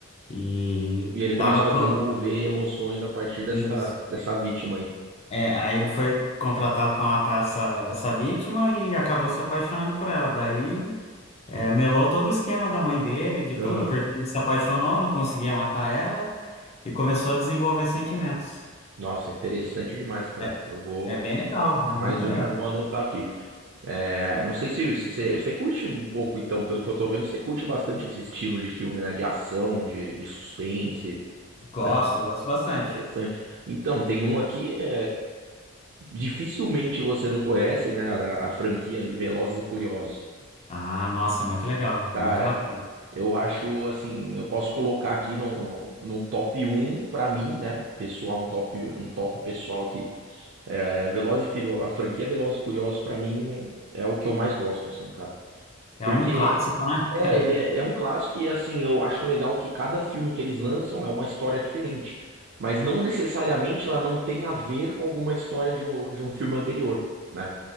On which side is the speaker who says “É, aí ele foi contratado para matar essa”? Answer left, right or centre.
Left